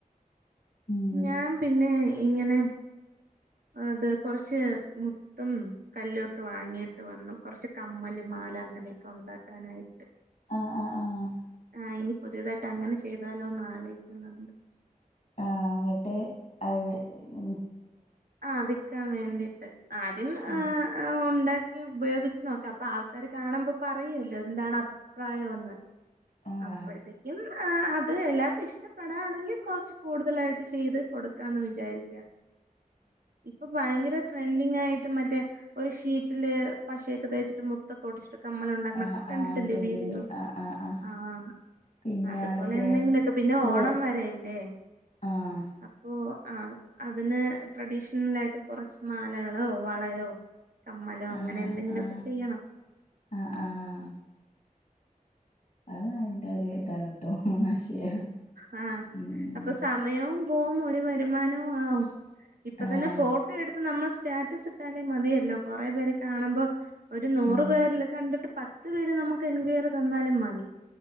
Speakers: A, on the left; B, on the right.
A: ഉം
B: ഞാൻ പിന്നെ ഇങ്ങനെ അത് കൊറച്ച് മുത്തും കല്ലുംഒക്കെ വാങ്ങിയിട്ട് വന്നു കുറച്ച് കമ്മല് മാ മാല അങ്ങനെയൊക്കെ ഉണ്ടാക്കാനായിട്ട്.
A: ആഹ ആഹ് ആഹ്
B: ആ ഇനി പുതിയതായിട്ട് അങ്ങനെ ചെയ്താലോന്ന് ആലോചിക്കുന്നുണ്ട്.
A: ആഹ അങ്ങിട്ട് അത് വി
B: ആഹ വിൽക്കാൻ വേണ്ടിയിട്ട് ആദ്യം
A: ഉം
B: ഒണ്ട ഉപയോഗിച്ച് നോക്കാം അപ്പൊ ആൾക്കാര് കാണുമ്പോ പറയല്ലോ എന്താണ് അഭിപ്രായോന്ന്.
A: ആഹ്
B: അപ്പഴത്തേക്കും. ആ അത് എല്ലാർക്കും ഇഷ്ടപ്പെടാണെങ്കിൽ കൊറച്ച് കൂടുതലായിട്ട് ചെയ്ത് കൊടുക്കാന്ന് വിചാരിക്കുക. ഇപ്പൊ ഭയങ്കര. ട്രെൻഡിങ് ആയിട്ട് മറ്റേ ഒരു ഷീറ്റില് പശയൊക്കെ തേച്ചിട്ട് മുത്തൊക്കെ ഒടിച്ചിട്ട്. കമ്മല് ഉണ്ടാക്കണ
A: ആഹ്
B: കണ്ടിട്ടില്ലേ
A: ആഹ് ഇണ്ട് ഇണ്ട്
B: വീഡിയോ.
A: ഇണ്ട് ആഹ് ആഹ് ആഹ്
B: ആഹ
A: പിന്നെ
B: അതുപോലെ
A: ആ മറ്റേ
B: എന്തെങ്കിലുമൊക്കെ പിന്നെ
A: ഓ
B: ഓണം വരെല്ലേ?
A: ആഹ്
B: അപ്പോ ആ അതിന് ട്രഡീഷ്ണൽ ആയിട്ട് കുറച്ച് മാലകളോ വളയോ? കമ്മലോ അങ്ങനെ
A: ആഹ്
B: എന്തെങ്കി
A: ആഹ്
B: ഒക്കെ ചെയ്യണം.
A: ആഹ് ആഹ് അത് നല്ലൊരു ഇതാണ് ട്ടോ. ആശയാ
B: ആഹ
A: ഉം
B: അപ്പൊ സമയവും പോവും ഒരു വരുമാനവും ആവും. ഇപ്പൊ
A: ആഹ്
B: തന്നെ ഫോട്ടോ എടുത്ത് നമ്മൾ സ്റ്റാറ്റസ് ഇട്ടാലേ മതിയല്ലോ കൊറെേ പേര് കാണുമ്പോ. ഒരു നൂറു
A: ഉം
B: പേര്ല് കണ്ടിട്ട് പത്ത് പേര് നമുക്ക് എൻക്വയർ തന്നാലും മതി.